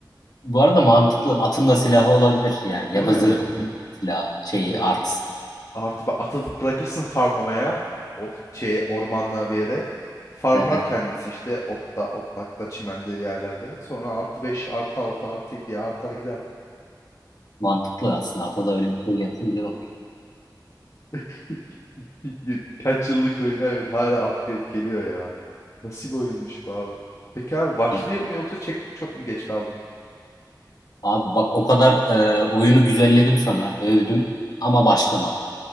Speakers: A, on the left; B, on the left.
A: Bu arada mantıklı. Atın da silahı olabilir yani.
B: Değil
A: Ya
B: mi?
A: da
B: Evet.
A: zırhın silahı. Şeyi
B: Evet.
A: artısı.
B: Artı ba- atı bırakırsın farmlamaya. Ot şeye, ormanlığa bir yere. Farmlar
A: Hı hı.
B: kendisi işte otta, otlakta, çimende bir yerlerde. Sonra artı 5, artı 6, artı 7 diye artar gider.
A: Mantıklı aslında. Ata da öyle bir şey gelsin güzel olur.
B: <laughs> Y- Kaç yıllık oyuna evet hala upgrade geliyor ya. Nasıl bir oyunmuş bu abi. Peki abi başlayayım
A: İyi.
B: mı yoksa çek çok mu geç kaldım?
A: Abi bak o kadar e, oyunu güzelledim sana. Övdüm. Ama başlama.